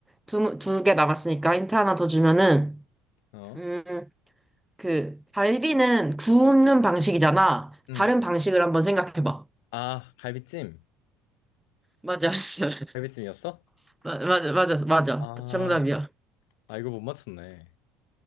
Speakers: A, in the centre; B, on the left.
A: 두, 두 개 남았으니까 힌트 하나 더 주면은,
B: 어?
A: 음, 그 갈비는 구우는 방식이잖아.
B: 응.
A: 다른 방식을 한번 생각해봐.
B: 아, 갈비찜.
A: 맞아. <laughs>
B: 갈비찜이었어?
A: 마- 맞아, 맞아, 맞아.
B: 아,
A: 정답이야.
B: 아, 이거 못 맞췄네.